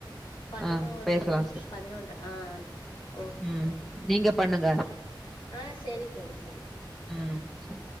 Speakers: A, on the left; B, in the centre.
A: பதினோரு
B: ஆ பேசலாம்
A: நிமிஷ
B: சார்.
A: பதினொன்று ஆஹ் ஓகே
B: ம். நீங்க பண்ணுங்க.
A: ஆ செரி தோழி செரி தோ
B: ம். சரி.